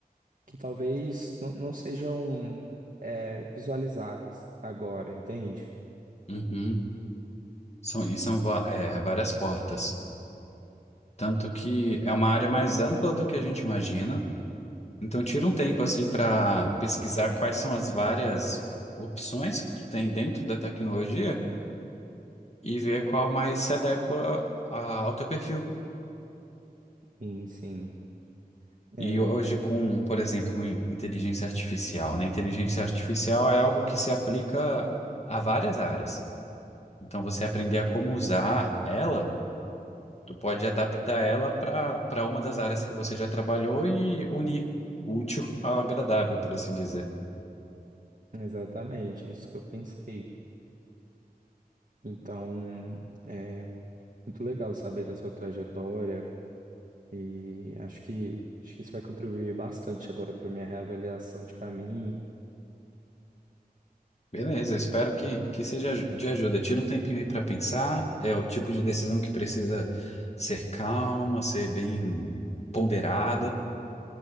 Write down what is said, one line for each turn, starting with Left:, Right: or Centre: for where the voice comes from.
Right: que talvez não não sejam é, visualizáveis agora, entende?
Left: Uhum. São, e são va- é, várias portas. Tanto que é uma área mais ampla do que a gente imagina. Então, tira um tempo assim para pesquisar quais são as várias opções que tu tem dentro da tecnologia e ver qual mais se adequa a- ao teu perfil.
Right: Sim, sim. É,
Left: E hoje com, por exemplo, com inteligência artificial, né? Inteligência artificial é algo que se aplica a várias áreas. Então, você aprender a como usar ela, tu pode adaptar ela para para uma das áreas que você já trabalhou e unir o útil ao agradável, por assim dizer.
Right: exatamente, isso que eu pensei. Então, é muito legal saber da sua trajetória e acho que, acho que isso vai contribuir bastante agora para minha reavaliação de caminho.
Left: Beleza,
Right: E
Left: espero que, que seja de ajuda. Tira um tempinho aí para pensar. É o tipo de decisão que precisa ser calma, ser bem ponderada,